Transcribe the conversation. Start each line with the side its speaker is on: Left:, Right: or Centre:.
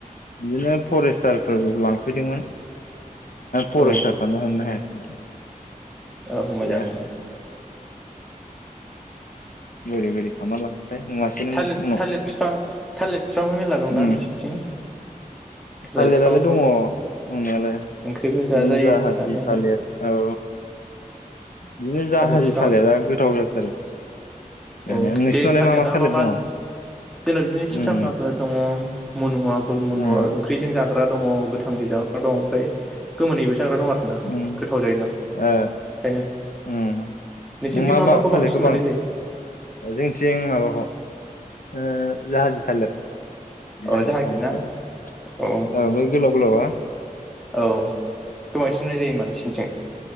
Left: बिदिनो फरेस्टारफोर लांफ लांफैदोंमोन फरेसटारफ्रानो
Centre: औ
Left: हमनो हायासै
Centre: औ
Left: गैया
Centre: मोजां मोनो
Left: <inaudible> <inaudible>
Centre: थालिर थालिर बिफां थालिर बिफांबो मेरला दंदां
Left: उम
Centre: नोंसिनिथिं थालिर
Left: थालिरालाय
Centre: बिफांखौ
Left: दङ दंनायालाय बिदिनो
Centre: ओंख्रिबो जाजायो
Left: जाहादि
Centre: जानायालाय
Left: थालिर औ बिदिनो जाहादि
Centre: थालिर बिफाङा
Left: थालिरा गोथाव जाथारो जानाया
Centre: औ
Left: नोंसिनावलाय
Centre: दे थालिरया आ
Left: थालिर
Centre: मा मा
Left: दङ
Centre: दिनाव बिदिनो सिन
Left: उम
Centre: सामबाबो दङ मनुआ
Left: उम
Centre: ओंख्रिजों जाग्रा दङ गोथाङै जाग्रा दं ओमफ्राय गोमोनैबो जाग्रा दं आरोना
Left: उम
Centre: गोथाव जायोनालाइ
Left: ओ
Centre: ओंखायनो
Left: उम
Centre: नोंसिनिथिं
Left: नों
Centre: मा
Left: बा
Centre: माखौ
Left: थालिरखौ
Centre: बांसिन मोननाय जायो?
Left: जोंथिं माबाखौ ओ जाहाजि थालेर
Centre: अ
Left: जाहाजि
Centre: जाहागि
Left: थालेखौ
Centre: ना
Left: ओ
Centre: औ
Left: बेै गोलाव गोलावा <inaudible>
Centre: औ थ बांसिन मोननाय जायो होनबा नोंसिनिथिं